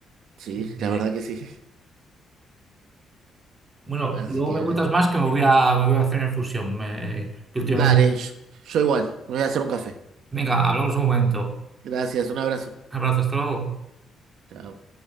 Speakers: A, on the right; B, on the right.
A: Sí,
B: Eh,
A: la verdad que sí. <laughs>
B: bueno,
A: Así
B: luego
A: que
B: me cuentas más que me voy a, me voy a hacer una infusión. Me- que
A: dale,
B: últimamente-
A: yo, yo igual, me voy a hacer un café.
B: Venga, hablamos un momento.
A: Gracias, un abrazo.
B: Abrazos, hasta luego.
A: Chao.